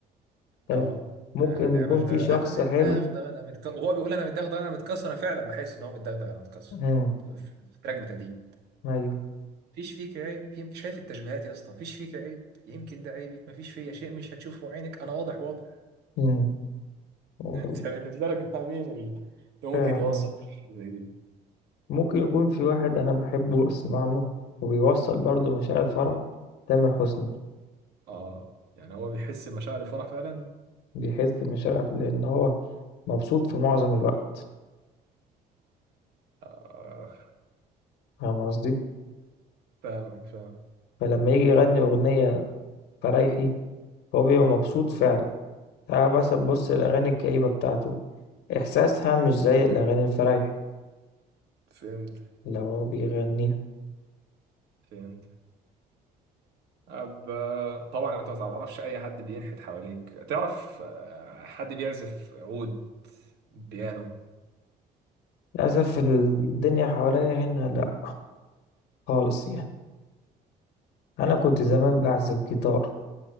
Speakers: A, on the left; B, on the right.
A: طيب
B: اه
A: ممكن
B: يعني
A: يكون
B: يا باشا
A: في شخص
B: انا متدغدغ
A: حلو
B: انا متكسر وهو بيقول انا متدغدغ انا متكسر انا فعلا بحس ان هو متدغدغ انا متكسر
A: مم.
B: في في التراك بتاعي
A: ايوه
B: مفيش فيك عيب يمكن شايف التشبيهات يا اسطى مفيش فيك عيب يمكن ده عيبك مفيش فيا شيء مش هتشوفه عينك انا واضح واضح
A: مم.
B: <laughs>
A: و-
B: انت بالنسبه لك مع مين اللي اللي
A: فاهم
B: ممكن يوصل
A: قصدك
B: حاجة زي دي
A: ممكن يكون في واحد انا بحبه اسمع له وبيوصل برضه مشاعر الفرح تامر حسني
B: اه يعني هو بيحس بمشاعر الفرح فعلا
A: بيحس بمشاعر لان هو مبسوط في معظم الوقت
B: آه
A: فاهم قصدي
B: فاهمك فاهم
A: فلما يجي يغني أغنية فريحي هو بيبقى
B: امم
A: مبسوط فعلا تعال مثلا بص الأغاني الكئيبة بتاعته إحساسها مش زي الأغاني الفرايحي
B: فهمت
A: اللي هو بيغنيها
B: فهمت أب... طبعا انت ما تعرفش اي حد بينحت حواليك تعرف آه، حد بيعزف عود بيانو
A: للأسف الدنيا حواليا هنا لأ خالص يعني انا كنت زمان بعزف جيتار